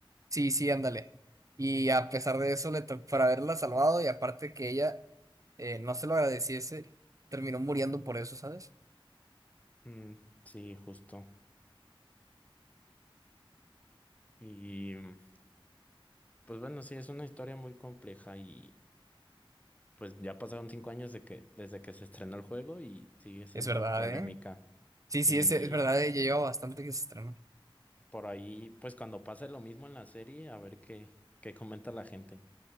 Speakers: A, on the right; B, on the left.
A: Sí, sí, ándale. Y a pesar de eso, le to- por haberla salvado y aparte que ella eh, no se lo agradeciese, terminó muriendo por eso, ¿sabes?
B: Mm, sí, justo. Y mm, pues bueno, sí, es una historia muy compleja y pues ya pasaron cinco años de que, desde que se estrenó el juego y sigue siendo
A: Es verdad,
B: polémica.
A: ¿eh? Sí, sí,
B: Y
A: es, es verdad, ella lleva bastante que se estrenó.
B: por ahí, pues cuando pase lo mismo en la serie, a ver qué, qué comenta la gente.